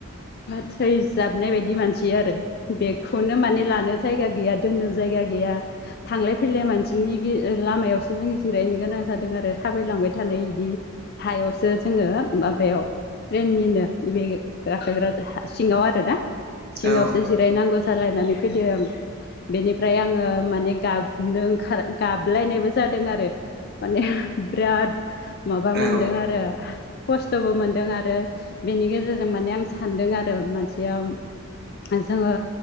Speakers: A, on the left (about 45°); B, on the right (about 45°).
A: फाथै जाबनाय बायदि मानसि आरो बेखौनो माने लानो जायगा गैया दोननो जाय गा गैया थांलाय फैलाय मानसि नि गे ओ लामायावसो जों जिरायनो गोनां जादों आरो। थाबायलांबाय थानाय बिदि हायावसो जोङो माबायाव ट्रेननिनो बे गाख्लायग्रा सिङाव आरो ना
B: ओ
A: सिङावसो
B: औ आब'
A: जिरायनांगौ जालायनानै फैदों। बेनिफ्राय आङो माने गाबनो ओंखार गाबलायनायबो जादों आरो माने बिराद माबा
B: औ
A: मोनदों आरो। खस्थबो मोनदों आरो बेनि गेजेरजों माने आं सानदों आरो मानसैया जोङो